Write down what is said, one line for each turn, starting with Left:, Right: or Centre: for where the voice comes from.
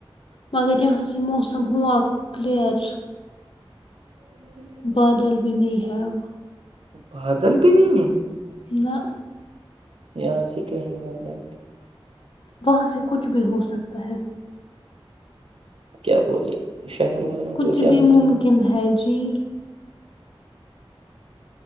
Left: مگر یہاں سے موسم ہوا کلیر
Right: <inaudible>
Left: بادل بھی نہیں ہے اب
Right: بادل بھی نہیں ہے
Left: نہ
Right: یہاں سے تو ہے بادل
Left: وہاں سے کچھ بھی ہو سکتا ہے
Right: کیا بولے شہر والوں
Left: کچھ
Right: کو کیا
Left: بھی
Right: ہوتا
Left: ممکن ہے جی